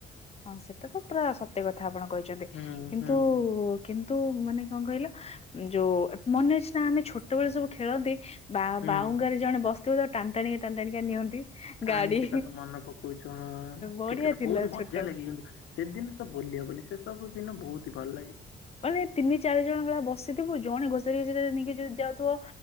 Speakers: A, on the left; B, on the left.
A: ହଁ ସେଟା ତ ପୁରା ସତ୍ୟ କଥା ଆପଣ କହିଛନ୍ତି
B: ହୁଁ
A: କିନ୍ତୁ
B: ହୁଁ
A: କିନ୍ତୁ ମାନେ କଣ କହିଲ ଯୋଉ ମନେ ଅଛି ନା ଆମେ ଛୋଟବେଳେ ସବୁ ଖେଳନ୍ତି। ବା
B: ହୁଁ
A: ବାଉଙ୍ଗାରେ ଜଣେ ବସ ତ ଟାଣି ଟାଣିକା ନିଅନ୍ତି
B: କାହିଁ
A: ଗାଡି
B: ସେ କଥା ମନେ ପକଉଛୁ ହଁ
A: ବଢିଆ
B: ଠିକ କଥା
A: ଥିଲା
B: ବହୁତ
A: ଛୋଟ
B: ମଜା ଲାଗେ କିନ୍ତୁ ସେଦିନ ସବୁ ଭୁଲି ହବନି ସେ ସବୁ ଦିନ ବହୁତ ଭଲ ଲାଗେ।
A: ମାନେ ତିନି ଚାରି ଜଣ ଭଳିଆ ବସିଥିବୁ ଜଣେ ଘୋଷାରି ଘୋଷାରିକି ନେଇକି ଯାଉଥିବ